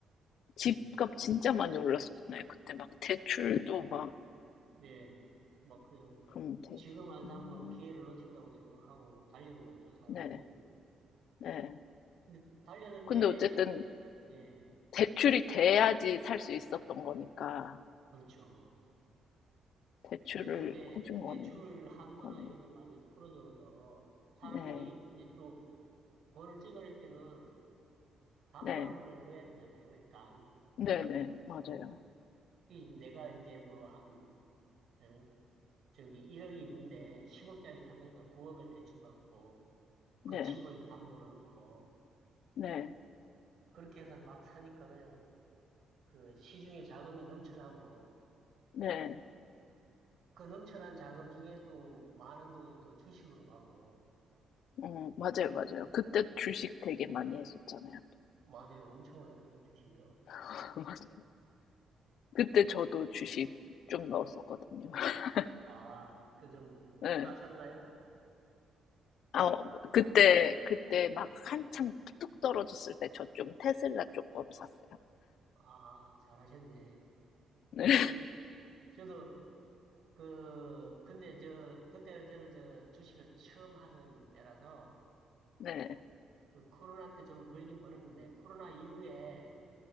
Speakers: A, on the left; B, on the right.
A: 집값
B: 예.
A: 진짜 많이 올랐었잖아요. 그때 막 대출도 막
B: 네, 뭐 그냥
A: 그럼 돼.
B: 지금 안 사면
A: 음,
B: 기회를 놓친다고 생각하고 달려들었죠, 사람들이.
A: 네, 네.
B: 근데 달려들 때,
A: 근데 어쨌든
B: 예,
A: 대출이 돼야지 살 수 있었던 거니까
B: 그렇죠.
A: 대출을
B: 근데 그때
A: 해준 건
B: 대출 한도나
A: 거네요.
B: 이런 걸 많이 풀어줘서 사람들이
A: 네,
B: 이제 또 돈을 찍어낼 때는 담보라는
A: 네,
B: 걸 넣어야 되잖아요, 일단.
A: 네, 네, 맞아요.
B: 그게 이제 내가 이제 뭐 한, 어, 저기 1억이 있는데 10억짜리 사면서 9억을 대출받고
A: 네,
B: 그 집을 담보로 넣고
A: 네,
B: 그렇게 해서 막 사니까 그냥 그 시중에 자금이 넘쳐나고
A: 네.
B: 그 넘쳐난 자금 중에 또 많은 돈이 또 주식으로 가고
A: 음, 맞아요, 맞아요. 그때 주식 되게 많이 했었잖아요.
B: 맞아요. 엄청 올랐어요. 주식이요.
A: <laughs> 맞아요. 그때 저도 주식 좀 넣었었거든요. <laughs>
B: 아, 그 좀
A: 네.
B: 따셨나요?
A: 아, 어, 그때, 그때 막 한창 뚝 떨어졌을 때 저 좀 테슬라 조금 샀어요.
B: 아, 아, 잘하셨네.
A: 네, <laughs>
B: 그 저도 그 근데 저 그때는 저는 저 주식을 처음 하던 때라서
A: 네,
B: 그 코로나 때 좀 벌긴 벌었는데 코로나 이후에